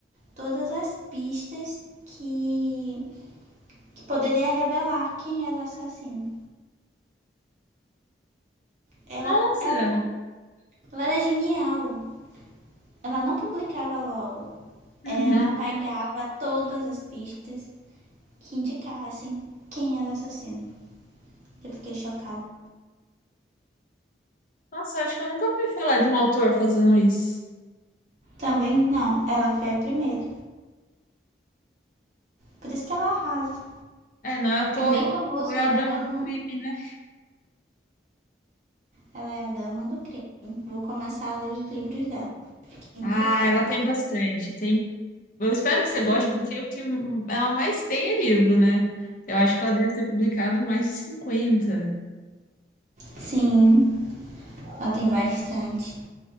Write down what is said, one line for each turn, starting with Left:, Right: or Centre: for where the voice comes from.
Right: todas as pistas que, que poderia revelar quem era o assassino. Ela,
Left: Nossa!
Right: ela, ela era genial. Ela não publicava logo.
Left: Uhum.
Right: Ela apagava todas as pistas que indicassem quem era o assassino. Eu fiquei chocada.
Left: Nossa, acho que eu nunca ouvi falar de um autor fazendo isso.
Right: Também não, ela foi a primeira. Por isso que ela arrasa.
Left: É, não, eu tô,
Right: Um bem famoso
Left: tô é
Right: dela,
Left: a dama do crime, né?
Right: ela é a dama do crime. Vou começar a ler os livros dela, que
Left: Ah,
Right: é
Left: ela tem bastante. Tem. Eu espero que você goste,
Right: Sim.
Left: porque o que ela mais tem é livro, né? Eu acho que ela deve ter publicado mais de 50.
Right: Sim, ela tem bastante.